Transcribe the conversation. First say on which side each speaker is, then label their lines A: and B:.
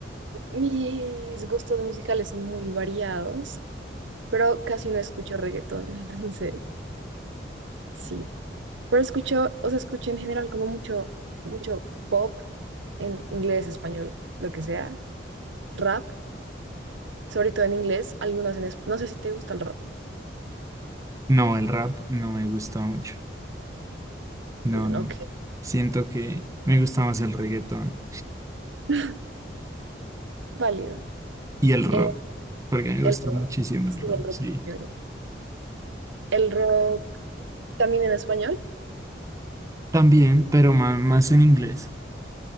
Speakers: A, on the right; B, on the right.
A: mis gustos musicales son muy variados, pero casi no escucho reggaetón, <laughs> entonces sí. Pero escucho, o sea, escucho en general como mucho, mucho pop en inglés, español, lo que sea, rap, sobre todo en inglés, algunas en... es- No sé si te gusta el rap.
B: No, el rap no me gusta mucho. No,
A: Mm,
B: no.
A: Ok.
B: Siento que me gusta más el reggaetón
A: <laughs> Válido.
B: y el rock,
A: Eh,
B: porque me
A: el
B: gusta
A: rock.
B: muchísimo el
A: Sí,
B: rock,
A: el rock.
B: sí.
A: es chévere. El rock también en español.
B: También, pero ma- más, en inglés,